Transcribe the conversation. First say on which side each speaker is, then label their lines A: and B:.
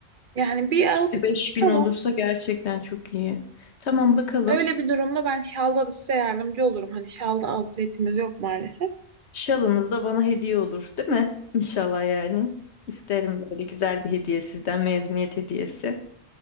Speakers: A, on the right; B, on the left.
A: Yani bir
B: İşte
A: outlet
B: 5000
A: bakalım.
B: olursa gerçekten çok iyi. Tamam bakalım.
A: Öyle bir durumda ben şalda da size yardımcı olurum. Hani şalda outlet'imiz yok maalesef.
B: Şalınız da bana hediye olur, değil mi? İnşallah yani. İsterim böyle güzel bir hediye sizden mezuniyet hediyesi.